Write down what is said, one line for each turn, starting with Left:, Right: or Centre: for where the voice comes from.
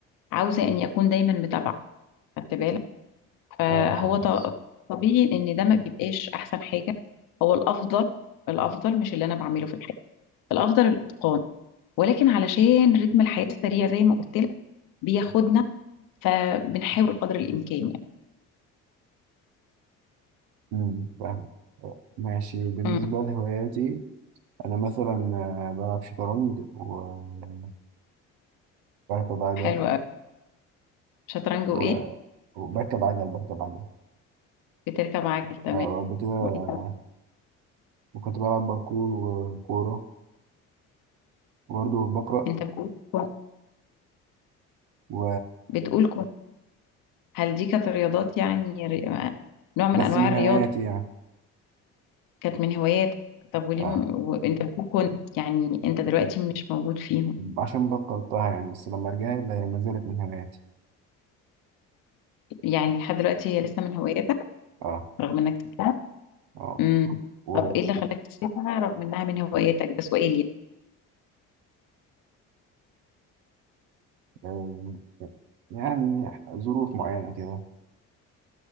Left: عاوزة ان يكون دايما متابعة خدت بالك فهو
Right: اه كويس
Left: ط- طبيعي ان ده ما بيبقاش احسن حاجة هو الافضل الافضل مش اللي انا بعمله في الحياة الافضل الاتقان ولكن علشان رتم الحياة السريع زي ما قلت لك بياخدنا فبنحاول قدر الامكان يعني
Right: امم فاهم ماشي بالنسبة
Left: مم.
Right: لهواياتي أنا مثلا آه، بلعب شطرنج وبركب عجل
Left: حلو قوي شطرنج
Right: و...
Left: وايه
Right: وبركب عجل بركب عجل
Left: بتركب عجل تمام
Right: آه، وقبل كده آه،
Left: وانت
Right: كنت بلعب باركور وكورة وبرضه بقرأ
Left: انت بتقول كن-
Right: و...
Left: بتقول كن- هل دي كانت رياضات يعني ري- نوع من
Right: بس
Left: انواع
Right: من
Left: الرياضة
Right: هواياتي يعني
Left: كانت من هواياتك طب وليه
Right: اه
Left: م- وانت بتقول كنت يعني انت دلوقتي مش موجود فيهم
Right: عشان بطلتها يعني بس لما رجعت هي ما زالت من هواياتي
Left: يعني لحد دلوقتي هي لسه من هواياتك
Right: اه
Left: رغم انك سبتها
Right: اه
Left: امم
Right: و
Left: طب ايه اللي خلاك تسيبها رغم انها من هواياتك ده سؤال يعني
Right: آه، يعني ظروف معينة كده